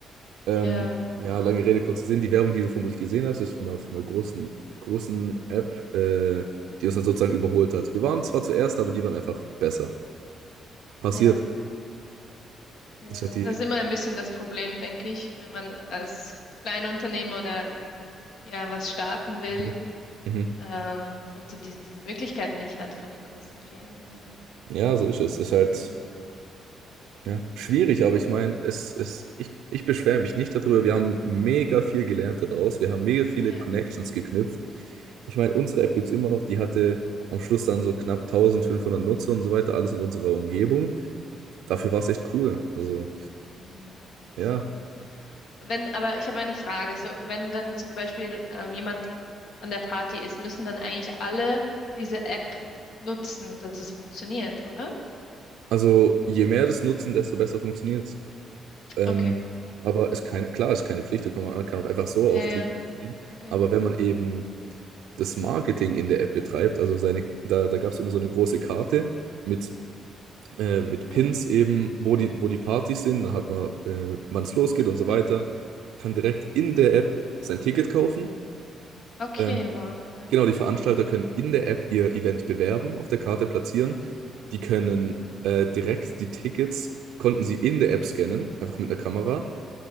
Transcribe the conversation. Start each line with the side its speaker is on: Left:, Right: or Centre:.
Right: Ähm,
Left: ja, ja,
Right: ja, lange Rede, kurzer Sinn. Die Werbung, die du vermutlich gesehen hast, ist von einer, von einer großen, großen App, äh, die uns dann sozusagen überholt hat. Wir waren zwar zuerst, aber die waren einfach besser. Passiert.
Left: ja, ja.
Right: Das hat die.
Left: Das ist immer ein bisschen das Problem, denke ich, wenn man als Kleinunternehmer oder halt ja was starten will
Right: Mhm. Mhm.
Left: ähm, und so diese, diese Möglichkeit nicht hat von den großen Firmen. Ja,
Right: Ja, so ist es. Ist halt
Left: ja, ja,
Right: Ja, schwierig, aber ich meine, es, es, ich, ich beschwere mich nicht darüber. Wir haben mega viel gelernt daraus. Wir haben mega viele
Left: ja,
Right: Connections geknüpft. Ich meine, unsere App gibt es immer noch. Die hatte am Schluss dann so knapp 1500 Nutzer und so weiter, alles in unserer Umgebung. Dafür
Left: ja,
Right: war es echt cool. Also,
Left: ja. Mhm.
Right: ja,
Left: Das glaube ich. Wenn, aber ich habe eine Frage. So, wenn dann zum Beispiel ähm, jemand an der Party ist, müssen dann eigentlich alle diese App nutzen, dass es funktioniert, oder?
Right: also je mehr das nutzen, desto besser funktioniert Ähm,
Left: Okay,
Right: aber ist keine, klar, ist keine Pflicht, da kann man kann auch einfach so
Left: Ja,
Right: auf
Left: ja,
Right: die Party gehen.
Left: okay.
Right: Aber wenn man eben das Marketing in der App betreibt, also seine, da, da gab es immer so eine große Karte mit, äh, mit Pins
Left: <clears throat>
Right: eben, wo die, wo die Partys sind, dann hat man, äh, wann es losgeht
Left: Ähm,
Right: und so weiter, kann direkt in der App sein Ticket kaufen.
Left: okay,
Right: Ähm,
Left: wow, ja.
Right: genau, die Veranstalter können in der App ihr Event bewerben, auf der Karte platzieren. Die können
Left: Mhm,
Right: äh, direkt die Tickets, konnten sie in der App scannen, einfach mit einer Kamera